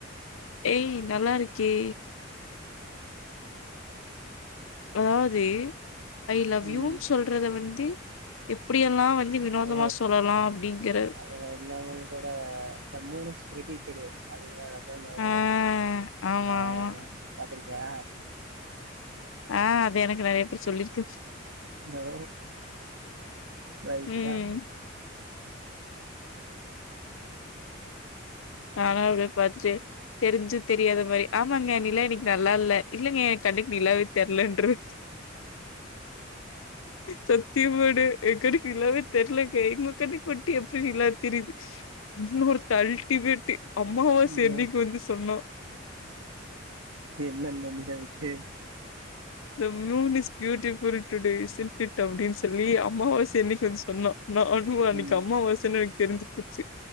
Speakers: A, on the left; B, on the right.
A: ஏய் நல்லாருக்கே அதாவது ஐ லவ்
B: ம்
A: யூன் சொல்றத வந்து எப்டியெல்லா வந் எப்டி வினோதமா
B: ஓ
A: சொல்லலா அப்டிங்குற
B: அதுல என்ன ஊங்கூட இந்த மூணு ஸ்ப்ரெடிடெடு அதுனால எவ்ள் நேரோ
A: ஆ ஆமா
B: ஆ
A: ஆமா
B: பாத்துருக்கியா
A: ஆ அது எனக்கு நெறைய பேர் சொல்லிருக்கு
B: ஓ ரைட்ரா
A: ம் நானா அவ்ளோ பாத்துட்டு தெரிஞ்சு தெரியாத மாரி ஆமாங்க நிலா இன்னிக் நல்லால்ல இல்லைங்க எ கண்ணுக் நிலாவே தெர்லன்ருவே சத்தியமாடு எங்கண்ணுக்கு நிலாவே தெர்லங்க உங்க கண்ணுக் மட்டு எப்டி நிலா தெரிது இன்னொருத்த அல்டிமேட்டு அம்மாவாச
B: இங்க
A: அன்னிக்கு வந்து சொன்னா
B: என்னென்ன நிலவுக்கு
A: the moon is beautiful today is in it அப்டின் சொல்லி அம்மாவாச அன்னிக் வந்து சொன்னா நா னு அன்னிக்கு
B: ம்
A: அம்மாவாசனு எனக் தெரிஞ்சி போச்சு